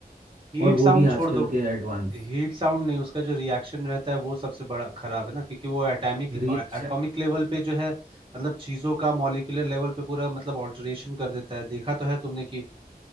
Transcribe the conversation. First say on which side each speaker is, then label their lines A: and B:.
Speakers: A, on the right (about 30°); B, on the right (about 55°).
A: हीट
B: और वो
A: साउंड
B: भी
A: छोड़
B: आजकल
A: दो
B: के एडवांस
A: हीट साउंड नहीं उसका जो रिएक्शन रहता है वो सबसे बड़ा खराब है ना क्योंकि वो एटॉमिक
B: रिएक्शन
A: एटॉमिक लेवल पे जो है मतलब चीजों का मॉलिक्यूलर लेवल पे पूरा मतलब ऑल्टरेशन कर देता है देखा तो है तुमने कि